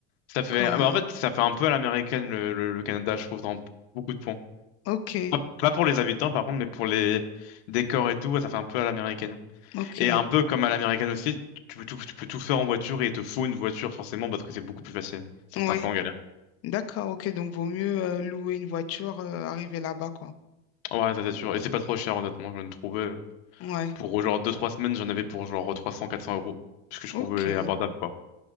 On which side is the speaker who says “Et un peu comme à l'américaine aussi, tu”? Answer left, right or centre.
Left